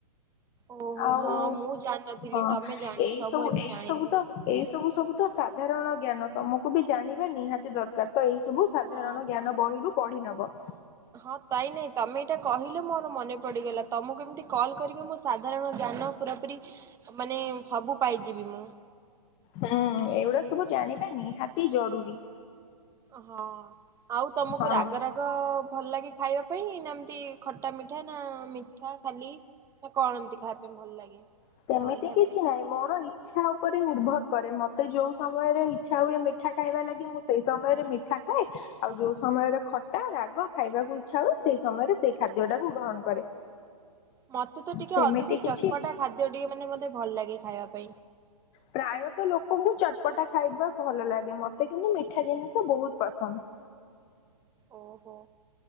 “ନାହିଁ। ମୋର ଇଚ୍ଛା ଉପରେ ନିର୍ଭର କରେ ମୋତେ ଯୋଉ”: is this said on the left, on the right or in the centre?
Left